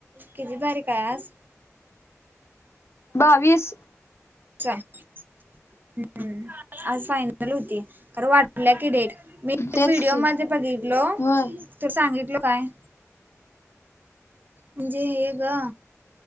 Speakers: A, on the right; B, on the left.
A: किती तारीख आहे आज?
B: बावीस.
A: चालेल आज फायनल होतील खरं वाट वाढल्या की डेट मी एक
B: तेच
A: व्हिडिओ
B: की
A: मध्ये बघितलो
B: होय
A: तर सांगितल काय म्हणजे हे ग